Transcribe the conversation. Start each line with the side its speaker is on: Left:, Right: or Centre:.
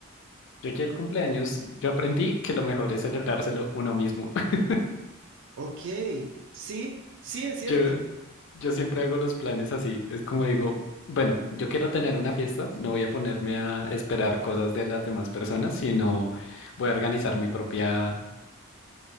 Left: Yo ya el cumpleaños, yo aprendí que lo mejor es celebrárselo uno mismo. <laughs>
Right: Ok, sí, sí, es cierto.
Left: Yo, yo siempre hago los planes así. Es como digo, bueno, yo quiero tener una fiesta, no voy a ponerme a esperar cosas de las demás personas, sino voy a organizar mi propia,